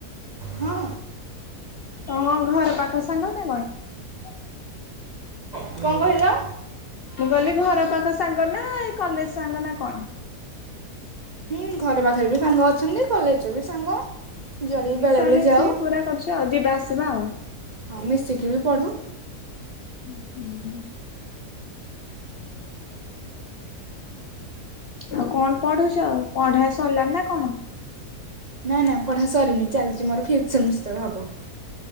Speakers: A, on the right; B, on the left.
A: ହଁ।
B: ତମ ଘର ପାଖ ସାଙ୍ଗ ନା କଣ।
A: କଣ କହିଲ?
B: ମୁଁ କହିଲି ଘର ପାଖ ସାଙ୍ଗ ନା ଏ କଲେଜ ସାଙ୍ଗ ନା କଣ।
A: ହୁଁ ଘର ପାଖରେ ବି ସାଙ୍ଗ ଅଛନ୍ତି କଲେଜ ବି ସାଙ୍ଗ। ଯୁଆଡ଼େ ବି
B: ମିଶାମିଶି
A: ବେଳେବେଳେ ଯାଉ
B: ପୁରା କରୁଛ ଆଉ ଯିବା ଆ ଆସିବା ଆଉ।
A: ହଁ ମିଶିକି ବି ପଢୁ।
B: ଉ ହୁଁ। ଆଉ କଣ ପଢୁଛ ପଢା ସରିଲା ନା କଣ।
A: ନାଇଁ ନାଇଁ ପଢା ସରିନି ଚାଲିଛି ମୋର ଫିଫ୍ଥ ସେମିଷ୍ଟର ହବ।